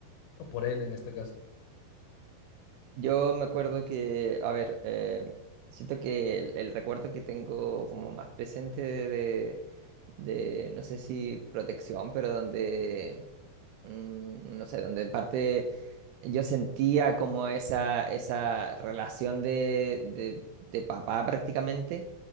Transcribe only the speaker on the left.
o por él en este caso.